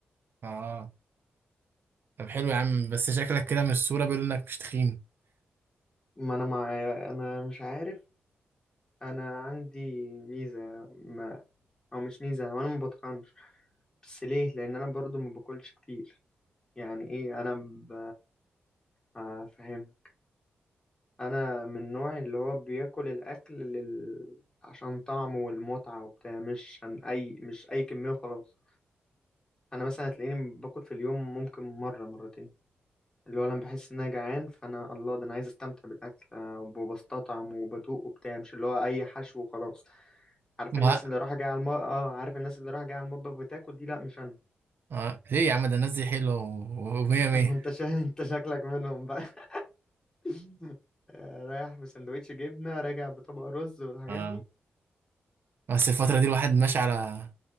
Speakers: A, on the right; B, on the left.
A: اه طب حلو يا عم بس شكلك كده من الصورة بيقول انك مش تخين
B: ما أنا مع... أنا مش عارف أنا عندي ميزة ما... أو مش ميزة وأنا ما بتخنش بس ليه لأن أنا برضو ما باكلش كتير يعني إيه أنا ب... آه، فاهم أنا من النوع اللي هو بياكل الأكل لل... عشان طعمه والمتعة وبتاع مش عن أي مش أي كمية وخلاص أنا مثلا هتلاقيني باكل في اليوم ممكن مرة مرتين اللي هو لما بحس ان انا جعان فانا الله ده انا عايز استمتع بالاكل آه، وبستطعم وبدوق وبتاع مش اللي هو اي حشو وخلاص عارف
A: ما
B: الناس اللي رايحه جايه على الم... اه عارف الناس اللي رايحه جايه على المطبخ بتاكل دي لا مش انا
A: آه. ليه يا عم ده الناس دي حلوة و- ومية
B: <laughs>
A: مية
B: انت شا... انت شكلك منهم بقى <laughs> آه، رايح بسندوتش جبنه راجع بطبق رز والحاجات
A: اه
B: دي
A: بس الفترة دي الواحد ماشي على